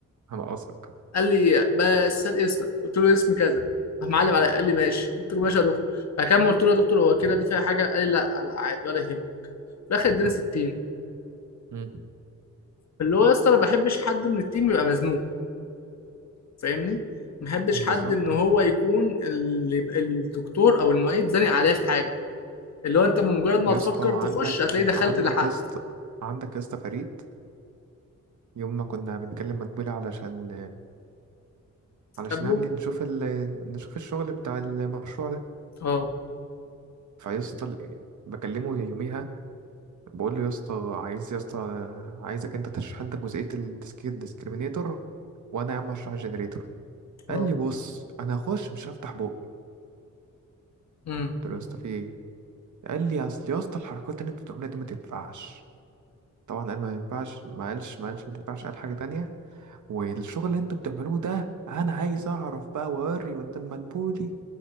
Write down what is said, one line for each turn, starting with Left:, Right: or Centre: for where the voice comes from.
Right: هنقصك
Left: قال لي بس هات اسمك قلت له اسم كذا راح معلم عليا قال لي ماشي قلت له ماشي يا دكتور فكان قلت له يا دكتور هو كده دي فيها حاجه قال لي لا لا عادي ولا يهمك في الاخر اداني
Right: <laughs>
Left: 60
Right: أمم،
Left: اللي هو يا اسطى انا ما بحبش حد من التيم يبقى مزنوق فاهمني ما بحبش
Right: بالظبط
Left: حد ان هو يكون اللي الدكتور او المعيد زانق عليه في حاجه اللي هو انت بمجرد ما
Right: يا
Left: تفكر
Right: اسطى
Left: تخش
Right: عندك
Left: هتلاقي
Right: عندك
Left: دخلت لحقت
Right: يا اسطى عندك يا اسطى فريد يوم ما كنا بنكلم مدبولي علشان علشان
Left: قبله
Right: يعني نشوف ال... نشوف الشغل بتاع المشروع ده
Left: اه
Right: فيا اسطى ال- بكلمه يوميها بقول له يا اسطى عايز يا اسطى عايزك انت تشرح انت جزئية الديسك الديسكريمينيتور وانا يا عم هشرح الجنريتور
Left: اه
Right: قال لي بص انا هخش مش هفتح بوق
Left: امم
Right: قلت له يا اسطى في ايه قال لي اصل يا اسطى الحركات اللي انت بتعملها دي ما تنفعش طبعا قال ما ينفعش ما قالش ما قالش ما تنفعش قال حاجة تانية والشغل اللي انت بتعملوه ده انا عايز اعرف بقى واوري قدام مدبولي